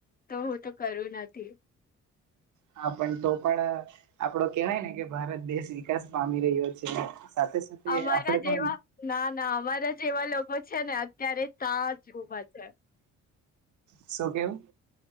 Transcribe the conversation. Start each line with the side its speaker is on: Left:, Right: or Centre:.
Left: તો હું તો કરું નથી
Right: હા પણ તો પણ આપડો કેવાય ને કે ભારત દેશ વિકાસ પામી રહ્યો છે સાથે સાથે
Left: અમારા
Right: આપડે
Left: જેવા
Right: પણ
Left: ના ના અમારા જેવા લોકો છે ને અત્યારે સાજ ઉભા છે.
Right: શું કેમ?